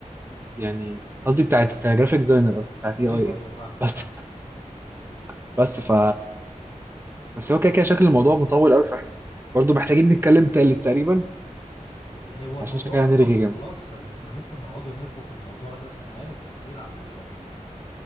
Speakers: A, on the right (about 15°); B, on the left (about 45°).
A: يعني قصدي بتاعت جرافيك ديزاينر قصدي بتاعت اي
B: ايوه
A: اي
B: ايوه فاهمك
A: بس
B: فاهمك
A: <laughs> بس ف
B: بس
A: بس هو كده كده شكل الموضوع مطول قوي فاحنا برضو محتاجين نتكلم تالت تقريبا
B: هو الموضوع
A: عشان شكلها
B: اصلا
A: هنرغي
B: ما
A: جامد
B: يخلص احنا ممكن نقعد نرغو في الموضوع ده ساعات كتير علشان